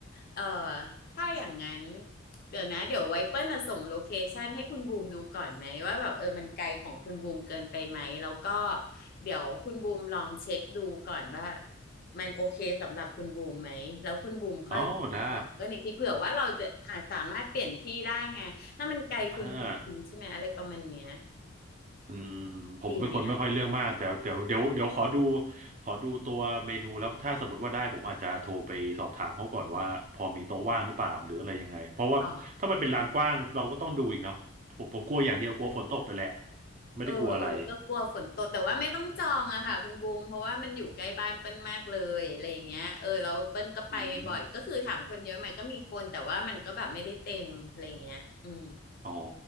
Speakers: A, on the left; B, on the right.
A: เอ่อถ้าอย่างนั้นเดี๋ยวนะเดี๋ยวไว้เปิ้ลน่ะส่งโลเคชันให้คุณบูมดูก่อนไหมว่าแบบเออมันไกลของคุณบูมเกินไปไหมแล้วก็เดี๋ยวคุณบูมลองเช็คดูก่อนว่ามันโอเคสำหรับคุณบูมไหมแล้วคุณบูมค่อยบอกเปิ้ลอีกทีเผื่อว่าเราจะอาจสามารถเปลี่ยนที่ได้ไงถ้ามันไกลคุณบูมใช่ไหมอะไรประมาณเนี้ย
B: อ๋อได้อ่าอืมผมเป็นคนไม่ค่อยเรื่องมากแต่เดี๋ยวเดี๋ยวเดี๋ยวขอดู
A: ดีไหมอ่ะ
B: ขอดูตัวเมนูแล้วถ้าสมมติว่าได้ผมอาจจะโทรไปสอบถามเขาก่อนว่าพอมีโต๊ะว่างหรือเปล่าหรืออะไรยังไงเพราะว่าถ้ามันเป็นลานกว้างเราก็ต้องดูอีกเนาะผมผมกลัวอย่างเดียวกลัวฝนตกแต่นแหละ
A: อ๋อ
B: ไม่ได้กลัวอะไร
A: เออเออก็กลัวฝนตกแต่ว่าไม่ต้องจองอะค่ะคุณบูมเพราะว่ามันอยู่ใกล้บ้านเปิ้ลมากเลยอะไรอย่างเงี้ยเออแล้วเปิ้ลก็ไปบ่อยก็คือถามคนเยอะไหมก็มีคนแต่ว่ามันก็แบบไม่ได้เต็มอะไรอย่างเงี้ยอืม
B: อืม อ๋อ